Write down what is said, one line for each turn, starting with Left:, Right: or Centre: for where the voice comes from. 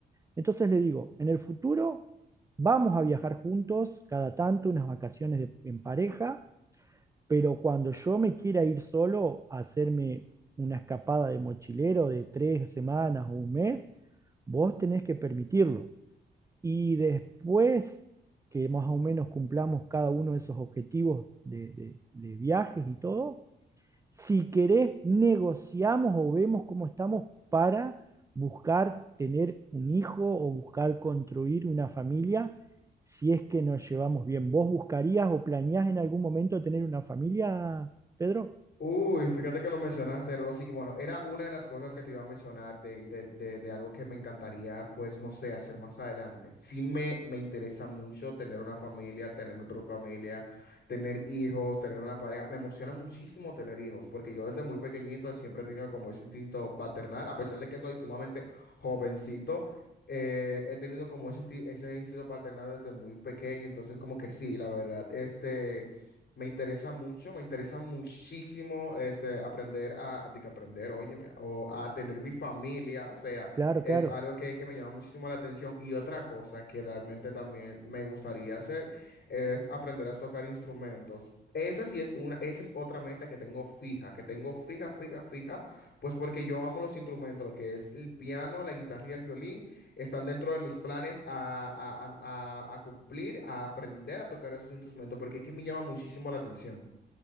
Right: Entonces le digo, en el futuro vamos a viajar juntos cada tanto, unas vacaciones de- en pareja, pero cuando yo me quiera ir solo a hacerme una escapada de mochilero de tres semanas o un mes, vos tenés que permitirlo. Y después que más o menos cumplamos cada uno de esos objetivos de, de- de viajes y todo, si querés, negociamos o vemos cómo estamos para buscar tener un hijo o buscar construir una familia, si es que nos llevamos bien. ¿Vos buscarías o planeás en algún momento tener una familia, Pedro?
Left: Uy, fíjate que lo mencionaste, era lo siguiente, bueno, era una de las cosas que te iba a mencionar de, de, de, de algo que me encantaría, pues, no sé, hacer más adelante. Sí me, me interesa mucho tener una familia, tener mi propia familia, tener hijos, tener una pareja. Me emociona muchísimo tener hijos, porque yo desde muy pequeñito siempre he tenido como ese instinto paternal, a pesar de que soy sumamente jovencito. eh, he tenido como ese, insti- ese instinto paternal desde muy pequeño, entonces como que sí, la verdad, este... Me interesa mucho, me interesa muchísimo este, aprender a, de que aprender, óyeme, o a tener mi familia, o sea,
Right: Claro,
Left: es
Right: claro.
Left: algo que, que me llama muchísimo la atención. Y otra cosa que realmente también me gustaría hacer es aprender a tocar instrumentos. Esa sí es una, esa es otra meta que tengo fija, que tengo fija, fija, fija, pues porque yo amo los instrumentos, lo que es el piano, la guitarra y el violín. Están dentro de mis planes a, a- a- a- a cumplir, a aprender a tocar esos instrumentos, porque es que me llama muchísimo la atención.